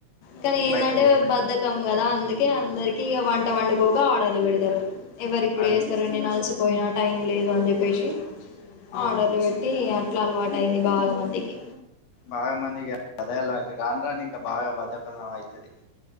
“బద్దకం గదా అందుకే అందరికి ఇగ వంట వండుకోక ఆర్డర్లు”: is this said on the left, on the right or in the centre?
Left